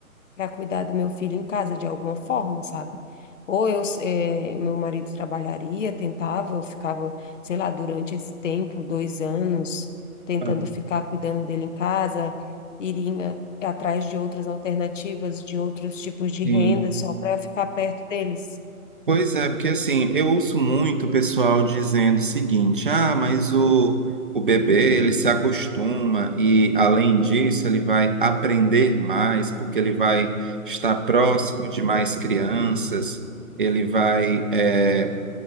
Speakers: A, on the left; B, on the right.
A: para cuidar do meu filho em casa de alguma forma, sabe? Ou eu, eh, meu marido trabalharia, tentava, eu ficava, sei lá, durante esse tempo, dois anos, tentando
B: tá,
A: ficar cuidando dele em casa, iria atrás de outras alternativas, de outros tipos de
B: sim.
A: renda, só para ficar perto deles.
B: Pois é, porque assim, eu ouço muito o pessoal dizendo o seguinte: ah, mas o, o bebê ele se acostuma e, além disso, ele vai aprender mais, porque ele vai estar próximo de mais crianças, ele vai. eh,